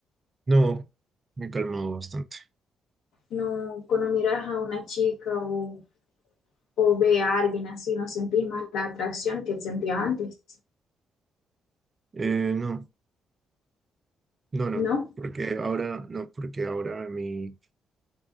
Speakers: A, on the right; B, on the left.
A: No, me he calmado bastante.
B: No, cuando miras a una chica o, o ve a alguien así, no sentís más la atracción que sentías antes,
A: Eh, no, no, no.
B: ¿no?
A: Porque ahora, no, porque ahora mi,